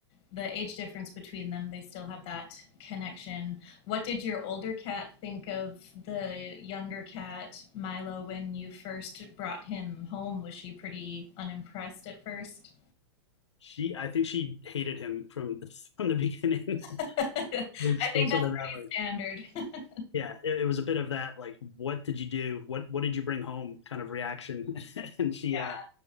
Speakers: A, on the left; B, on the left.
A: the age difference between them, they still have that connection. What did your older cat think of the younger cat, Milo, when you first brought him home? Was she pretty unimpressed at first?
B: She, I think she hated him from the, <laughs> from the beginning. <laughs> it
A: <laughs> I
B: was,
A: think
B: it was
A: that's
B: sort of that,
A: pretty
B: like,
A: standard. <laughs>
B: yeah, it, it was a bit of that, like, what did you do? What what did you bring home? Kind of reaction. <laughs> and she,
A: Yeah.
B: uh,